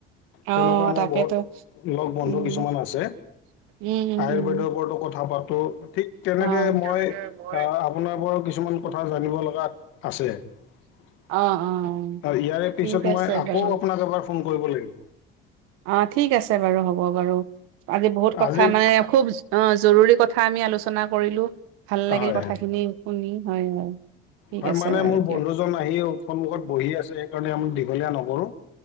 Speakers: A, on the left; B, on the right.
A: তেনেকুৱা
B: অ'
A: মোৰ
B: তাকেতো।
A: বহুত লগ বন্ধু
B: উম,
A: কিছুমান আছে
B: উম, উম,
A: আয়ুৰ্বেদৰ
B: উম,
A: ওপৰতো কথা পাতোঁ ঠিক তেনেকে
B: অ'।
A: মই
B: তেনেকে মই
A: আহ আপোনাৰ পৰাও কিছুমান কথা জানিব লগাত আছে। ইয়াৰে
B: অ', অ',
A: পিছত
B: ঠিক আছে
A: মই আকৌ
B: বাৰু।
A: আপোনাক এবাৰ ফোন কৰিব লাগিব।
B: অ' ঠিক আছে বাৰু হ'ব। হব বাৰু। আজি বহুত কথা
A: আজি
B: মানে খুব অ' জৰুৰী কথা আমি আলোচনা কৰিলোঁ। ভাল লাগিল
A: হয়
B: কথাখিনি শুনি, হয় হয়। ঠিক
A: হয়
B: আছে
A: মানে
B: বাৰু
A: মোৰ
B: দিয়ক।
A: বন্ধুজন আহিওঁ সন্মুখত বহি আছে সেইকাৰণে আমাক দীঘলীয়া নকৰোঁ।